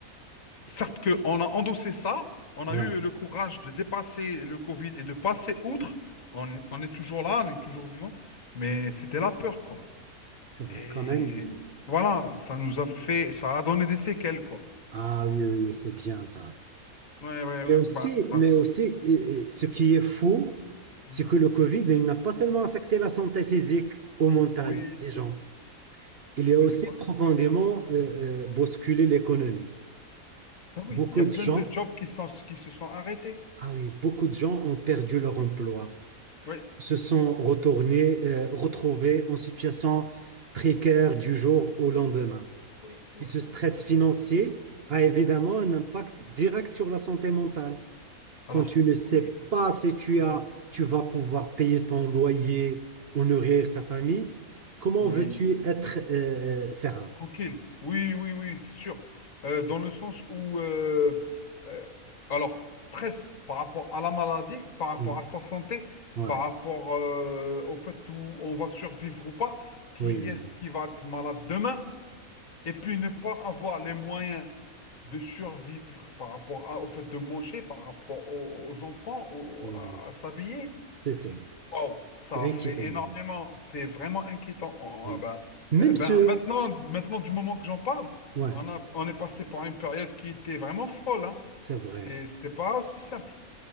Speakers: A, on the left; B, on the right.
A: Certes
B: C'est- c'est-
A: qu'on a endossé ça, on a
B: Ouais,
A: eu le courage de dépasser le Covid et de passer outre. On, on est toujours là, on est toujours vivant, mais c'était la peur, quoi.
B: c'est vrai
A: Et
B: quand même.
A: voilà, ça nous a fait, ça a donné des séquelles, quoi.
B: Ah oui, oui, oui, c'est bien ça.
A: Ouais, ouais,
B: Mais
A: ouais.
B: aussi,
A: Bah, bah.
B: mais aussi, euh, euh, ce qui est fou,
A: Mhm.
B: c'est que le Covid, il n'a pas seulement affecté la santé physique ou mentale
A: Oui.
B: des gens, il a
A: Ben,
B: aussi
A: l'école-
B: profondément euh, euh, bousculé l'économie.
A: Ah oui,
B: Beaucoup
A: il y a
B: de
A: plein
B: gens,
A: de jobs qui sont, qui se sont arrêtés.
B: ah oui, beaucoup de gens ont perdu leur emploi,
A: Oui.
B: se sont retournés, euh, retrouvés en situation précaire du jour
A: Oui,
B: au lendemain.
A: oui, oui, oui,
B: Et ce stress
A: oui, j'imagine.
B: financier a évidemment un impact direct sur la santé mentale.
A: Alors,
B: quand tu ne sais
A: oui,
B: pas si tu
A: non,
B: as, tu vas pouvoir payer ton loyer ou nourrir ta famille, comment
A: oui.
B: veux-tu être euh, euh, serein?
A: Tranquille. Oui, oui, oui, c'est sûr. Euh, dans le sens où, euh, euh, alors, stress par rapport à la maladie, par rapport
B: Ouais,
A: à sa santé,
B: ouais,
A: par rapport euh, au fait où on va survivre ou pas, qui
B: oui,
A: est-ce qui va être malade demain, et puis ne pas avoir les moyens de survivre par rapport à- au fait de manger, par rapport aux, aux enfants, au-
B: oui,
A: à,
B: oui.
A: à s'habiller.
B: C'est, c'est,
A: Wow, ça
B: c'est
A: fait
B: inquiétant
A: énormément.
B: vraiment.
A: C'est vraiment inquiétant. On-
B: Oui.
A: on- ah ben,
B: Même
A: euh, ben,
B: ceux,
A: maintenant, maintenant, du moment que j'en parle,
B: ouais,
A: on a, on est passé par une période qui était vraiment folle. Hein.
B: c'est vrai.
A: C'est, c'est pas aussi simple.